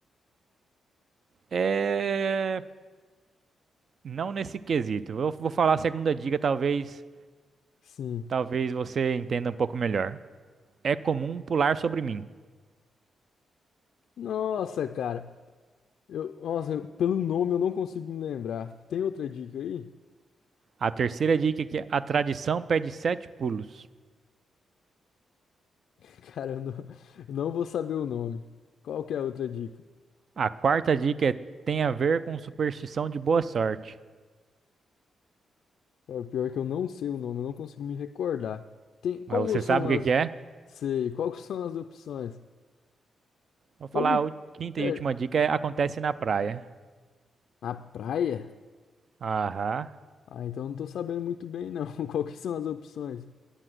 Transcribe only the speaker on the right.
É... Não nesse quesito. Eu vou falar a segunda dica, talvez,
talvez você entenda um pouco melhor. É comum pular sobre mim.
A terceira dica é que a tradição pede sete pulos.
A quarta dica é tem a ver com superstição de boa sorte.
Mas você
sabe o
que que é?
Vou falar
a u- quinta
e última dica é acontece na praia.
Aham.